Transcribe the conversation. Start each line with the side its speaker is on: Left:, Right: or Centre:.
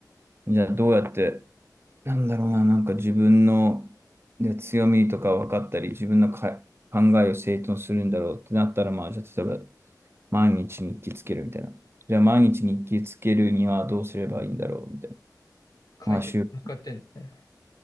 Right: じゃあどうやって、なんだろうな、なんか自分ので強みとか分かったり、自分のか考えを整頓するんだろうってなったら、まあ、じゃあ例えば毎日日記つけるみたいな。じゃあ毎日日記つけるにはどうすればいいんだろうみたいな。
Left: 解決に向かってんだね。
Right: まあ、習、